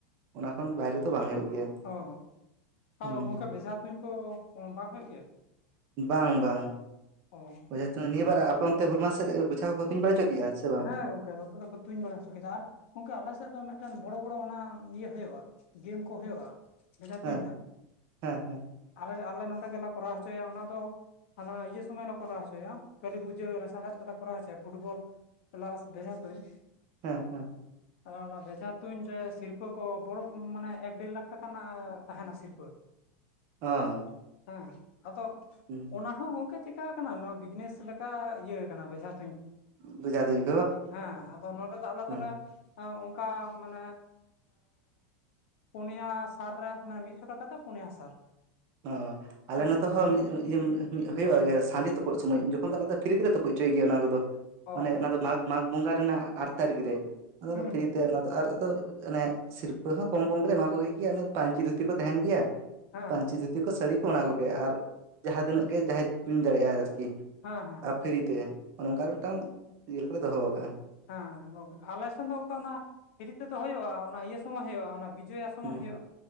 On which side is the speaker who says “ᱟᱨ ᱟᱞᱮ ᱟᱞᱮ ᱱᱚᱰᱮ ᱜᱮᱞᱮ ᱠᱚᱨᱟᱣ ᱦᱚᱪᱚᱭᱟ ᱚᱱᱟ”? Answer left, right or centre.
Left